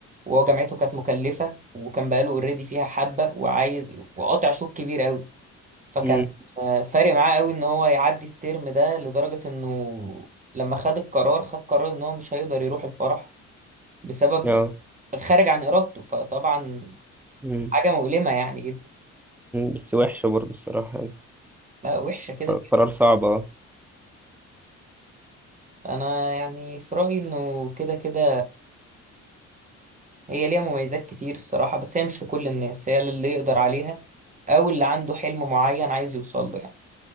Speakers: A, on the right; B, in the centre.
A: وهو جامعته كانت مكلفة وكان بقاله اوريدي فيها حبة وعايز وقاطع شوط كبير قوي فكان
B: امم
A: آه، فارق معاه قوي ان هو يعدي الترم ده لدرجة انه لما خد القرار خد قرار ان هو مش هيقدر يروح الفرح بسبب
B: اه
A: خارج عن ارادته فطبعا
B: امم
A: حاجة مؤلمة يعني جدا
B: بس وحشه برضه الصراحه يعني.
A: لا وحشة كده
B: قرار صعب اه
A: انا يعني في رايي انه كده كده هي ليها مميزات كتير الصراحه بس هي مش لكل الناس هي للي يقدر عليها او اللي عنده حلم معين عايز يوصل له يعني